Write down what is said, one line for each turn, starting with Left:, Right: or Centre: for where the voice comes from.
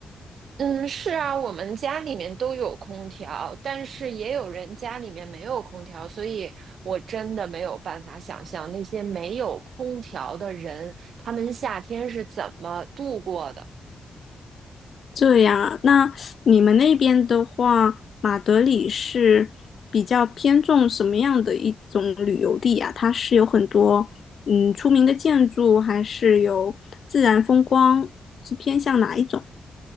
Right: 嗯，是啊，我们家里面都有空调，但是也有人家里面没有空调，所以我真的没有办法想象那些没有空调的人，他们夏天是怎么度过的。
Left: 这样啊，那你们那边的话，马德里是比较偏重什么样的一种旅游地啊？它是有很多嗯出名的建筑，还是有自然风光？是偏向哪一种？